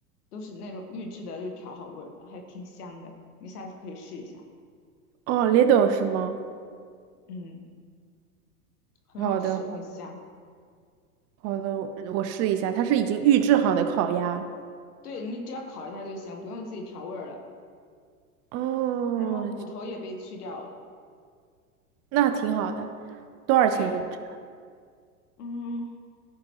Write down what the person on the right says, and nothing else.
哦 l i d e 是吗？
好的，
好的，我我试一下，它是已经预制好的烤鸭，
哦，
那挺好的，多少钱一只？